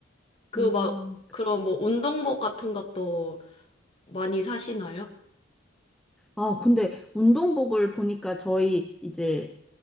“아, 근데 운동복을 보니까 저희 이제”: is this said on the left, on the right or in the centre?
Centre